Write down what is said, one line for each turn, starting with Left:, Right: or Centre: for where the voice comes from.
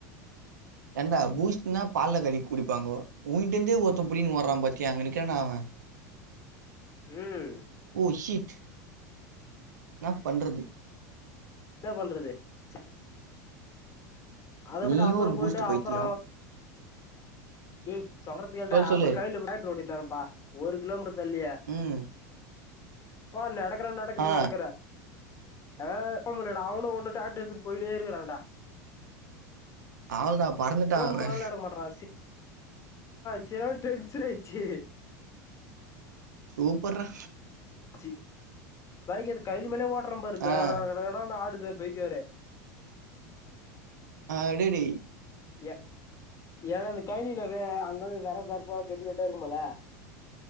Right: என்டா பூஸ்ட்னா பால்ல கலகி குடிப்பாங்கொ உன்ட்ட இருந்தே ஒருத்த புடின்னு ஓடுறா பத்தி அங்க நிக்றானா அவ
Left: உம்
Right: ஓ ஷிட் ன்னா பண்றது
Left: என்ன பண்றது ச அத
Right: நீயு
Left: போட்டு அப்பற
Right: ஒரு
Left: போயிட்டு
Right: பூஸ்ட் பைத்தியோ
Left: அப்பற <unintelligible> சொல்றது கேல்டா
Right: சொல்லு
Left: அப்பற
Right: சொல்லு
Left: கையில போட்டு ரோட்ட தானப்பா ஒரு க்லோமீட்டர் தள்ளி
Right: ம்
Left: ப்பா நடக்ற நடக்ற
Right: ஆ
Left: நடக்கற ஆஹ் அவமளட அவனுமஒண்ணு டிரேக்டர் எடுத்துட்டு போயிட்டே இருக்குறான்டா
Right: அவ்ளோதா பறந்துட்டா
Left: ஃபோன்
Right: அவ
Left: பண்ணாலு எடுக்க மாட்றா <unintelligible> ஆஹ் <unintelligible>
Right: சூப்பர்ரா
Left: சி பைகு எத்து கையில மேலே ஓட்டுற பாரு கடடட
Right: ஆ
Left: னு ஆடு பைக்கு வெர
Right: ஆஹ் டே டே
Left: எ ஏ அ இந்த கைலினரு அங்கந்து வேற பருப்ப கெட்டு கெட்டா இருக்குமல